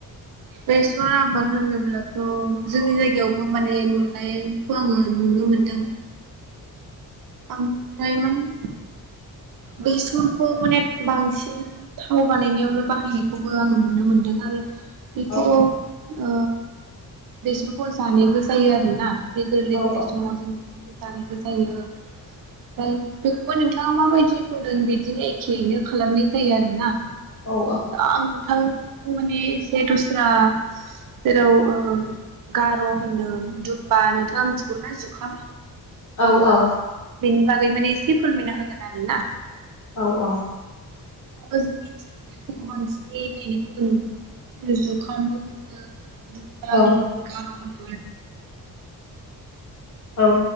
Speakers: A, on the right (about 60°); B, on the left (about 50°).
A: बेसर आबाद होनोब्ला थ' जोंनि जायगायावबो माने नुनायखौ आङो नुनो मोनदों ओमफ्राय माने बेसरखौ माने बांसिन थाव बानायनायावनो बाहायनायखौबो आङो नुनो मोनदों आरो बेखौ
B: औ
A: ओ बेसरखौ जानायबो जायो आरोना। बे गोरलै
B: औ
A: गोरलै समाव जोंनिथु <unintelligible> जानायखौ जायो ओमफ्राय बेखौ नोंथाङा माबायदि बुंदों बिदिनो एखेयैनो खालामनाय जायो आरोना।
B: औ
A: <unintelligible> थां माने एसे दस्रा जेराव ओ गार' होनो दुमबा नोंथाङा मिथिगौ ना जुखाम
B: औ औ
A: बेनि बागै माने एसे फोरमायना होगोन आरो ना
B: औ औ।
A: <unintelligible> जुखामबो होनो दुमबा
B: औ
A: होनो गार' होनो
B: औ